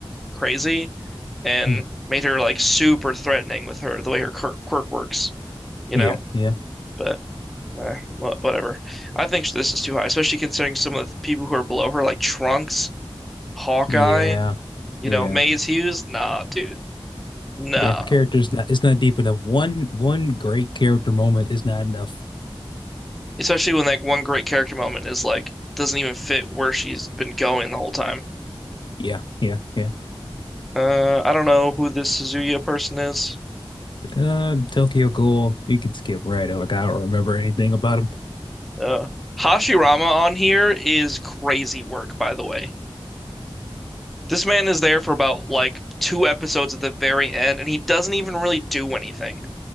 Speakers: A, in the centre; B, on the left.
A: crazy and
B: hmm
A: made her like super threatening with her the way her quirk, quirk works, you
B: Yeah,
A: know?
B: yeah.
A: But Eh, wha- whatever. I think this is too high, especially considering some of the people who are below her, like Trunks, Hawkeye,
B: Yeah.
A: you
B: Yeah.
A: know, Maze Hughes. Nah, dude. Nah.
B: Yeah. Character's not it's not deep enough. One one great character moment is not enough.
A: <laughs> Especially when like one great character moment is like doesn't even fit where she's been going the whole time.
B: Yeah, yeah, yeah.
A: Uh, I don't know who this Suzuya person is.
B: Uh, Tokyo Ghoul, you could skip right over. I don't remember anything about him.
A: Uh, Hashirama on here is crazy work, by the way. This man is there for about like two episodes at the very end, and he doesn't even really do anything.